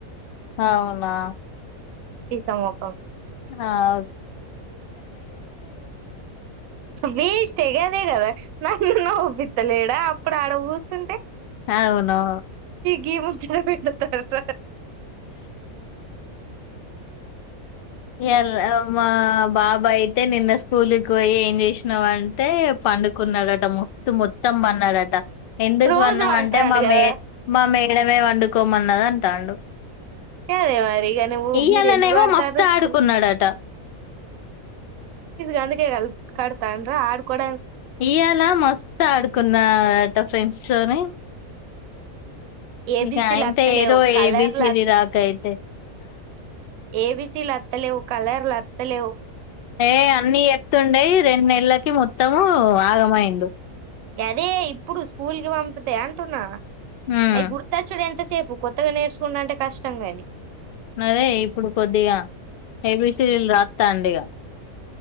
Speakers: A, on the left (about 85°); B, on the right (about 70°).
A: అవునా!
B: తీసమ ఒక
A: ఆ అవు
B: వీచ్ త కంది కద నన్నున్న ఒ్బత్తలేడా అప్పుడు ఆడ కూర్చుంటే
A: ఆ అవును
B: గ ముంచ పెట్ తర్స
A: ఎల్ అమ్ బాబా అయితే నిన్న స్కూల్కి పోయి ఏం చేసినావు అంటే పండుకున్నాడట మస్తు మ మొత్తం అన్నాడట ఎందుకు
B: రోజు
A: వన్నా
B: పంటాండు
A: అంటే మా
B: కదా
A: మే మా మేడమే వండుకోమన్నది అంటే ంటాలు
B: కదే మరి ఇక నువ్వు
A: ఇయ్యాలనేమో
B: మీరు ఎందుకు పడతారు
A: మస్తు
B: స్కూల్
A: ఆడుకున్నాడట
B: నందక కల్ కడతాండ ఆడుకోడా
A: ఇవాలా మస్తు ఆడుకున్నడట ఫ్రెండ్స్ తోని
B: ఏబిసిలు
A: ఇకా అయింత
B: అత్తలేవు
A: ఏదో
B: కలర్లు
A: ఏబీసరి రాక అయితే
B: ఏబీసీ లులత్తలేవు కలర్లులత్తలేవు
A: ఏ అన్నీ చెప్తుండేయి రెండు నెలలకి మొత్తము ఆగమయిండు
B: అదే ఇప్పుడు స్కూల్ కి పంపితే అంటున్నా
A: ఉమ్
B: అవి గుర్తచ్చుడు ఎంతసేపు కొత్తగా నేర్చుకుంట అంటే కష్టం కాని
A: అదే ఇప్పుడు కొద్దిగా ఏబీసీలు రాస్తా అండి ఇక